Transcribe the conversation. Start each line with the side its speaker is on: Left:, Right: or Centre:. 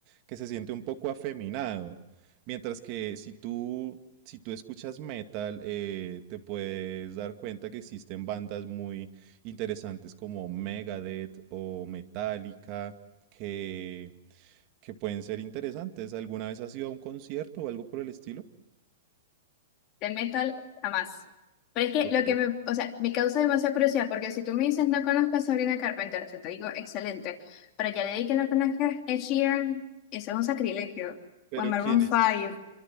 Right: que se siente un poco afeminado. Mientras que si tú si tú escuchas metal, eh, te puedes dar cuenta que existen bandas muy interesantes como Megadeth o Metallica, que, que pueden ser interesantes. ¿Alguna vez has ido a un concierto o algo por el estilo?
Left: Del metal, jamás. Pero es que
Right: Ok.
Left: lo que me, o sea, me causa demasiada curiosidad, porque si tú me dices no conozco a Sabrina Carpenter, yo te digo excelente, pero ya leí que no conozcas Ed Sheeran, eso es un sacrilegio.
Right: Pero
Left: O a Maroon
Right: ¿quién
Left: 5.
Right: Sí. es?